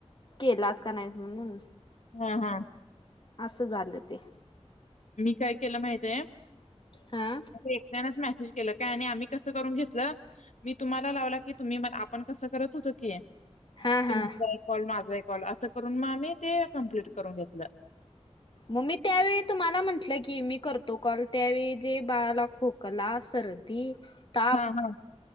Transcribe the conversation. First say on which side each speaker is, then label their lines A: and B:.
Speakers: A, on the left (about 45°); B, on the left (about 85°).
A: केलास का नाहीस म्हणून
B: हा हा
A: असं झालं ते
B: मी काय केलं माहितय आहे?
A: हा
B: अस एकट्यानाच मॅसेज केलं काय आणि आम्ही कसं करून घेतलं मी तुम्हाला लावला की तुम्ही मला आपण कसं करत होतो की
A: हा
B: तुमचा
A: हा.
B: एक कॉल, माझा एक कॉल असं करून मग आम्ही ते कंप्लीट करून घेतलं
A: मग् मी त्यावेळी तुम्हाला म्हंटलं की मी करतो कॉल त्यावेळी जे बाळाला खूप खो, सर्दी, ताप
B: हां, हां.